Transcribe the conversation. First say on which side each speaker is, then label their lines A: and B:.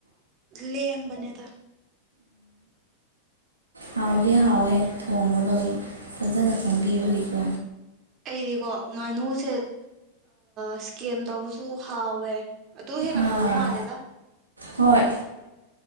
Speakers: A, on the right (about 35°); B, on the right (about 80°).
A: ꯂꯦꯝꯕꯅꯦꯗ
B: ꯍꯥꯎꯗꯤ ꯍꯥꯎꯋꯦ ꯊꯣꯡꯕꯗꯣ ꯐꯖꯅ ꯊꫭꯡꯕꯤꯕꯒꯤꯀꯣ
A: ꯑꯩꯗꯤꯀꯣ ꯉꯥꯅꯨꯁꯦ ꯏꯁꯀꯦꯝ ꯇꯧꯕ ꯁꯨ ꯍꯥꯎꯋꯦ ꯑꯇꯨ ꯍꯦꯟꯅ
B: ꯑꯥ
A: ꯈꯥꯎꯕ ꯃꯥꯜꯂꯦꯗ
B: ꯍꯣꯏ